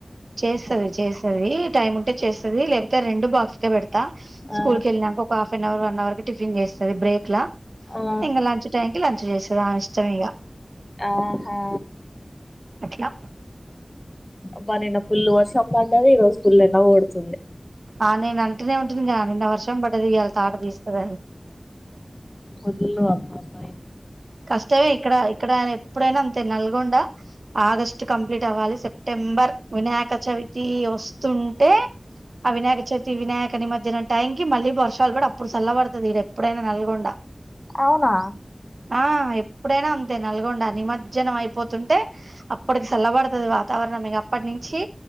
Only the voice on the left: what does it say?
ఆ
ఆ
ఆహా
అబ్బా నిన్న ఫుల్లు వర్షం బడది. ఈ రోజు ఫుల్ ఎండ ఓడుతుంది.
వద్దులు అబ్ అబ్ అయ్
అవునా